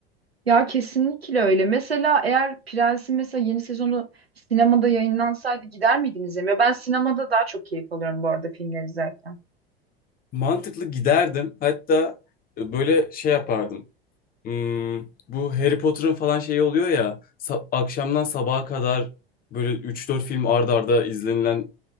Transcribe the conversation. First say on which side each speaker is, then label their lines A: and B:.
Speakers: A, on the right; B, on the left.
A: Ya kesinlikle öyle. Mesela eğer Prens'in mesela yeni sezonu sinemada yayınlansaydı gider miydiniz izlemeye? Ben sinemada daha çok keyif alıyorum bu arada filmler izlerken.
B: Mantıklı giderdim. Hatta e, böyle şey yapardım. Hmm, bu Harry Potter'ın falan şeyi oluyor ya. sa- akşamdan sabaha kadar böyle üç dört film arda arda izlenilen